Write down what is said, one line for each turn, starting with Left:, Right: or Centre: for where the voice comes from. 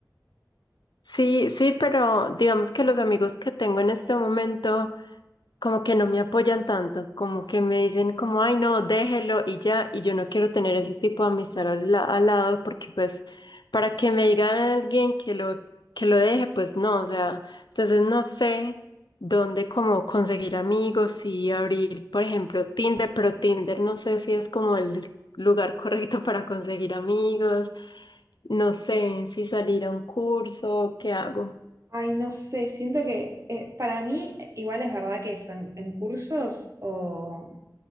Left: Sí, sí, pero digamos que los amigos que tengo en este momento como que no me apoyan tanto, como que me dicen como, ay, no, déjelo y ya, y yo no quiero tener ese tipo de amistad al, la- al lado porque pues para que me digan a alguien que lo, que lo deje, pues no, o sea, entonces no sé dónde como conseguir amigos y abrir, por ejemplo, Tinder, pero Tinder no sé si es como el lugar correcto <laughs> para conseguir amigos. No sé si salir a un curso, ¿qué hago?
Right: Ay, no sé, siento que eh, para mí eh, igual es verdad que eso, en, en cursos o,